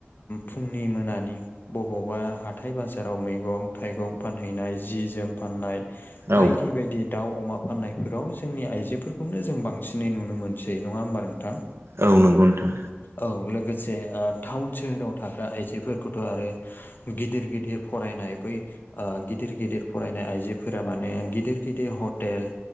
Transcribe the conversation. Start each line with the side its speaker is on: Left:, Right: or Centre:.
Left: फुंनि मोनानि बबावबा हाथाय बाजाराव मैगं थाइगं फानहैनाय। जि जोम फाननाय बायदि
Right: औ
Left: बायदि दाउ अमा फाननायफोराव जोंनि आइजोफोरखौनो जों बांसिनै नुनो मोनसै नङा होमबा नोंथां।
Right: औ नंगौ नोंथां।
Left: औ लोगोसे ओ टाउन सोहोराव थाग्रा आइजोफोरखौथ' आरो गिदिर गिदिर फरायनाय बै ओ गि दिर गिदिर फरायनाय आइजोफोरा माने गिदिर गिदिर हटेल